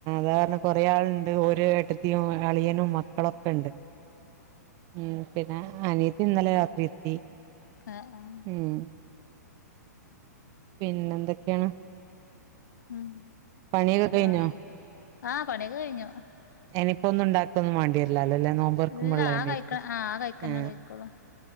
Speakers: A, on the right; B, on the left.
A: സാരണ കുറേ ആളുണ്ട് ഓരു ആയിട്ട് യും അളിയനും മക്കളൊക്കെ ഇണ്ട് ഉം പിന്നെ അനി ഇന്നലെ രാത്രി എത്തി
B: ആഹ് ആഹ്
A: ഉം പിന്നെ എന്തൊക്കെയാണ്?
B: ഉം
A: പണിയൊക്കെ കഴിഞ്ഞോ?
B: ആഹ് ആഹ് പണിയൊക്കെ കഴിഞ്ഞു
A: ഇനിപ്പ ഒന്നും ഇണ്ടാക്കുക ഒന്നും വേണ്ടിയോ ല്ല അല്ലേ എല്ലാ നോമ്പുറക്കുമ്പോള്ള
B: ഇല്ല
A: തന്നെ
B: ആ കഴിക്ക
A: ആരിക്കും
B: ആ കഴിക്കന്നെ
A: ആ
B: കഴിക്കുള്ളൂ